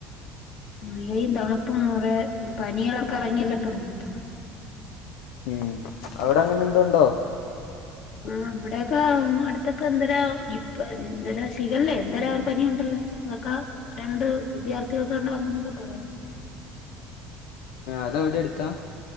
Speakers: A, on the left; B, on the left.
A: മഴയും തണുപ്പും റെ പനികളൊക്കെ ഇറങ്ങിയല്ല ഇപ്പം.
B: ഉം അവിടെ അങ്ങനെ എന്തുണ്ടോ
A: ആ ഇവിടെയൊക്കെ അടുത്തൊക്കെ എന്തരോ നിപ്പ എന്തരാ ഷിഗല്ലേ എന്തരോ ഒരു പനിയുണ്ട ല്ലോ. ഇതൊക്കെ രണ്ട് വിദ്യാർത്ഥികൾക്കാണ്ട് വന്നന്നൊക്കെ പറയുന്നു.
B: അത അവിടെ അടുത്താ.